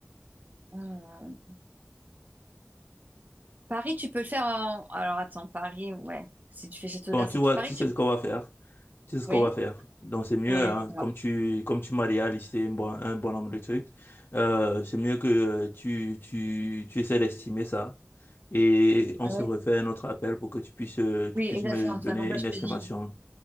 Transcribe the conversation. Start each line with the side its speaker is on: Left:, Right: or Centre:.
Right: euh, Paris, tu peux le faire en. Alors, attends, Paris, ouais. Si tu fais Château
Left: Bon,
Right: de Versailles,
Left: tu vois,
Right: Paris,
Left: tu
Right: tu.
Left: sais ce qu'on va faire. Tu sais ce
Right: Oui,
Left: qu'on va faire. Donc, c'est mieux,
Right: oui,
Left: hein,
Right: dis-moi.
Left: comme tu, comme tu m'as déjà listé un bon, un bon nombre de trucs, euh, c'est mieux que euh, tu, tu, tu essaies d'estimer ça. Et on
Right: Oui,
Left: se refait un autre appel pour que tu puisses, euh,
Right: oui,
Left: tu puisses
Right: exactement.
Left: me donner
Right: C'est comme ça
Left: une
Right: que je
Left: estimation.
Right: te dis.